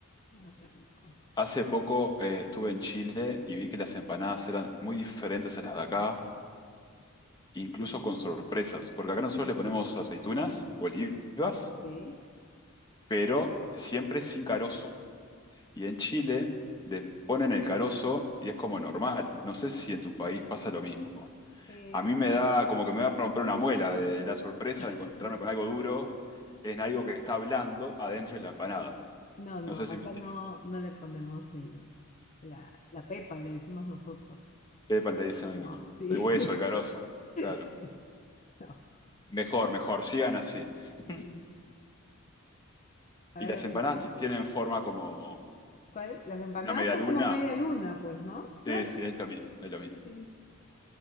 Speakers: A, on the left; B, on the left.
A: Ah, qué rico.
B: Hace poco eh, estuve en Chile y vi que las empanadas eran muy diferentes a las de acá, incluso con sorpresas, porque acá nosotros le ponemos aceitunas, olivas,
A: Ok.
B: pero siempre sin carozo. Y en Chile le ponen el carozo y es como normal. No sé si en tu país pasa lo mismo.
A: Eh,
B: A mí me da como que me va a romper una muela de la sorpresa
A: <laughs>
B: de encontrarme con algo duro en algo que está blando adentro de la empanada.
A: no, no,
B: No sé si
A: acá
B: me entiendo.
A: no, no le ponemos el- la, la pepa, le decimos nosotros.
B: Pepa le dicen el,
A: No, sí.
B: el hueso, el carozo.
A: <laughs>
B: Claro.
A: Sí, no.
B: Mejor, mejor, sigan así. <laughs>
A: A
B: Y
A: ver,
B: las
A: la
B: empanadas
A: siguiente.
B: ti- tienen forma como
A: ¿Cuál? Las empanadas
B: una medialuna.
A: son como media luna, pues, ¿no? Claro.
B: Sí, sí, es lo mismo, es lo mismo.
A: Sí, sí,